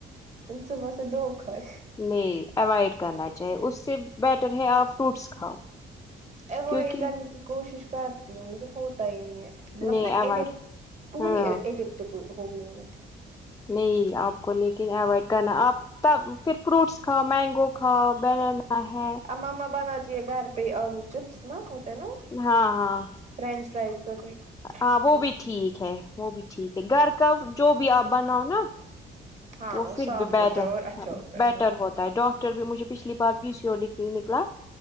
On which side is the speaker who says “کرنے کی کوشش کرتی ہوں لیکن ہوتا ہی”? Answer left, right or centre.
Right